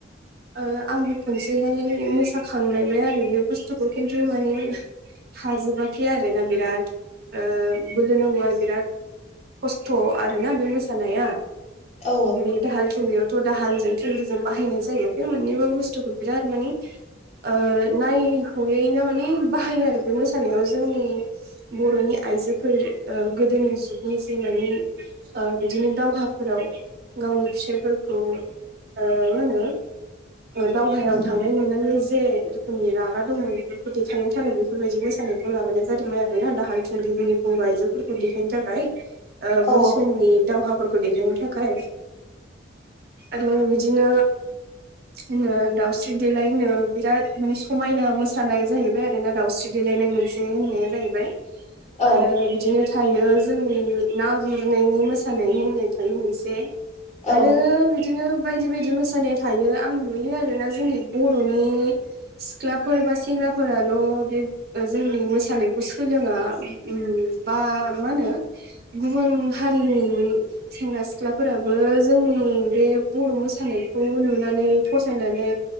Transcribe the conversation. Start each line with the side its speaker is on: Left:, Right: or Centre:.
Right: ओ आंबो खनसेहाय मोसाखांनायबाय आरो बे बुस्थुखौ खिन्थु माने <inaudible> हाजोबाखै आरो ना बिराद ओ बोलो नांगौ आरो बिराद खस्थ' आरोना बे मोसानाया
Left: औ
Right: बे दाहाल थुंगियाव थ' दाहालजों थुंग्रिजों बाहायनाय जायो बे मोननैबो बुस्थुखौ बिराद मानि ओ नायहयैनो माने बाहायो आरो बे मोसानायाव जोंनि बर'नि आइजोफोर ओ गोदोनि जुगनि जि माने ओ बिदिनो दावहाफोराव गावनि फिसायफोरखौ ओ मा होनो ओ दावहायाव थांनाय नुनानै जे रोखोमनि रागा दंमोन बेखौ देखायनो थाखाय बेफोर बायदि मोसानायखौ लाबोनाय जादोंमोन आरोना दाहाल थुंलि जोंनि बर' आइजो फोरखौ देखायनो थाखाय ओ
Left: औ
Right: बै समनि दावहाफोरखौ देखायनो थाखाय आरो बिदिनो जोङो दाउस्रि देलायनो बिराद माने समायना मोसानाय जाहैबाय आरोना दावस्रि देलायनाय मोनसे होननाया जाहैबाय
Left: औ
Right: आरो बिदिनो थायो जोंनि ना गुरनायनि मोसानाय होननाय थायो मोनसे।
Left: औ
Right: आरो बिदिनो बायदि बायदि मोसानाय थायो आं नुयो आरोना जोंनि बर'नि सिख्ला फोरबा सेंग्राफोराल' बे ओ जोंनि मोसानायखौ सोलोङा उम बा मा होनो? गुबुन हारिनि सेंग्रा सिख्लाफोराबो जोंनि बे बर' मोसानायखौ नुनानै फसायनानै